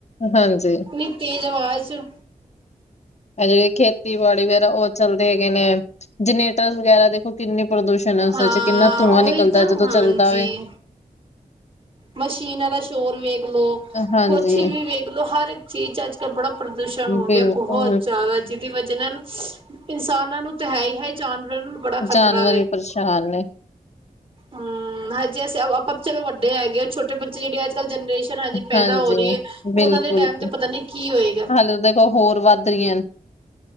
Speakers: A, on the left; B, on the right.
A: ਹਾਂਜੀ।
B: ਇਂਨੀ ਤੇਜ਼ ਆਵਾਜ਼ ਚ
A: ਉਹ ਵੇਖੀ ਖੇਤੀਬਾੜੀ ਵਗੈਰਾ, ਉਹ ਚਲਦੇ ਹੈਗੇ ਨੇ ਜਨਰੇਟਰ ਵਗੈਰਾ ਦੇਖੋ ਕਿੰਨੀ ਪ੍ਰਦੂਸ਼ਣ ਹੈ ਉਸ
B: ਹਾਂ
A: ਵਿੱਚ ਕਿੰਨਾ ਧੂੰਆਂ
B: ਉਹੀ
A: ਨਿਕਲਦਾ
B: ਤਾਂ
A: ਜਦੋਂ
B: ਹਾਂਜੀ
A: ਚੱਲਦਾ ਐ।
B: ਮਸ਼ੀਨਾਂ ਦਾ ਸ਼ੋਰ ਵੇਖਲੋ
A: ਹਾਂਜੀ,
B: ਕੁਛ ਵੀ ਵੇਖਲੋ, ਹਰ ਇਕ ਚੀਜ਼ ਚ ਅੱਜ ਕੱਲ ਬੜਾ ਪ੍ਰਦੂਸ਼ਣ ਹੋ
A: ਬਿਲਕੁਲ
B: ਗਿਆ। ਬਹੁਤ ਜ਼ਿਆਦਾ ਜੀ। ਦੀ ਵਜਾ ਨਾਲ ਇਨਸਾਨਾਂ ਨੂੰ ਤੈ ਹੈ ਹੀ ਹੈ, ਜਾਨਵਰਾਂ ਨੂੰ ਬੜਾ ਖ਼ਤਰਾ
A: ਜਾਨਵਰ ਵੀ ਪਰੇਸ਼ਾਨ ਨੇ।
B: ਹੂੰ ਹਜੇ ਅਸੀਂ ਆਪਾਂ ਚਲੋ ਵੱਡੇ ਹੈਗੇ ਆ ਛੋਟੇ ਬੱਚੇ ਅੱਜ ਕੱਲ ਜਨਰੇਸ਼ਨ ਹਜੇ ਪੈਦਾ
A: ਹਾਂਜੀ,
B: ਹੋ ਰਹੀ ਹੈ। ਉਹਨਾਂ
A: ਬਿਲਕੁਲ
B: ਦੇ ਟਾਈਮ ਤੇ ਪਤਾ ਨੀ ਕੀ ਹੋਏ।
A: ਹਾਲੇ ਦੇਖੋ, ਹੋਰ ਵੱਧ ਰਹੀਆਂ ਹਨ।